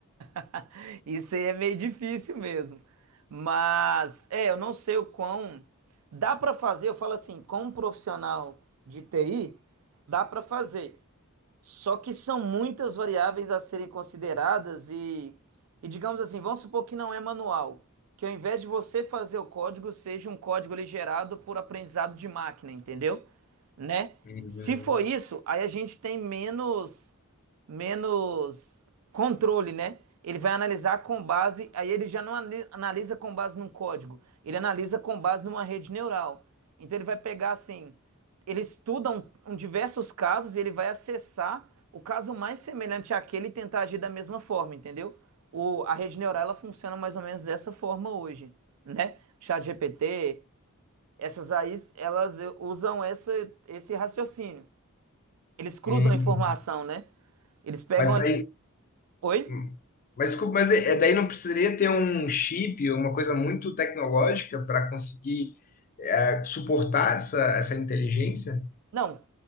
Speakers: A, on the right (about 80°); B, on the left (about 40°).
A: <laughs> Isso aí é meio difícil mesmo. Mas, é, eu não sei o quão. Dá para fazer, eu falo assim, como profissional de TI, dá para fazer. Só que são muitas variáveis a serem consideradas e, e digamos assim, vamos supor que não é manual, que ao invés de você fazer o código, seja um código ali gerado por aprendizado de máquina, entendeu? Né?
B: Hum.
A: Se for isso, aí a gente tem menos menos controle, né? Ele vai analisar com base, aí ele já não ani- analisa com base num código, ele analisa com base numa rede neural. Então ele vai pegar assim, ele estuda um, um diversos casos e ele vai acessar o caso mais semelhante àquele e tentar agir da mesma forma, entendeu? O, a rede neural ela funciona mais ou menos dessa forma hoje, né? ChatGPT, essas aí, elas eh, usam essa, esse raciocínio. Eles cruzam
B: Hum.
A: a informação, né? Eles pegam
B: Mas
A: ali.
B: daí
A: Oi?
B: Hum. Mas desculpa, mas é, é daí não precisaria ter um chip, uma coisa muito tecnológica para conseguir é, suportar essa, essa inteligência?
A: Não,